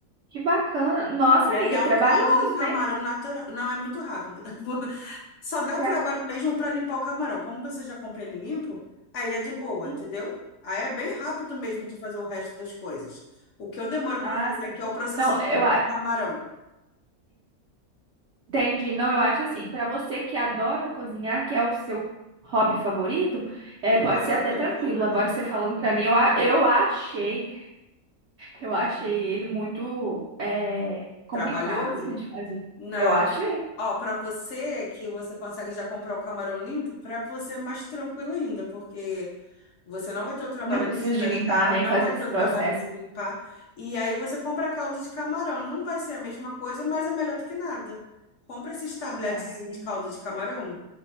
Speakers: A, on the right; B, on the left.
A: que bacana. Nossa,
B: E aí
A: amiga,
B: é
A: é trabalhoso,
B: um caldo de camarão
A: né?
B: natural. Não, é muito rápido. <laughs> Só
A: Você
B: dá trabalho
A: acha?
B: mesmo para limpar o camarão. Como você já compra ele limpo, aí é de boa,
A: Hum,
B: entendeu? Aí é bem rápido mesmo de fazer o resto das coisas. O que eu demoro para
A: Ah,
B: fazer
A: sim.
B: aqui é o processo
A: Não,
B: de
A: eu
B: limpar
A: a-
B: o camarão.
A: entendi. Não, eu acho assim, para você que adora cozinhar, que é o seu hobby favorito, é,
B: Meu
A: pode
B: passatempo
A: ser até tranquilo.
B: favorito.
A: Agora você falando para mim, eu, a- eu achei Eu achei ele muito é, complicado,
B: Trabalhoso?
A: né, de fazer.
B: Não.
A: Eu achei.
B: Ó, para você que você consegue já comprar o camarão limpo, para você é mais tranquilo ainda, porque Você não vai ter o trabalho
A: Não precisa
B: de descascar,
A: de limpar nem
B: não
A: fazer
B: vai
A: esse
B: ter o
A: processo.
B: trabalho de limpar. E aí você compra caldo de camarão. Não vai ser a mesma coisa, mas é melhor do que nada. Compra esses tabletezinhos
A: Ah, entendi.
B: de caldo de camarão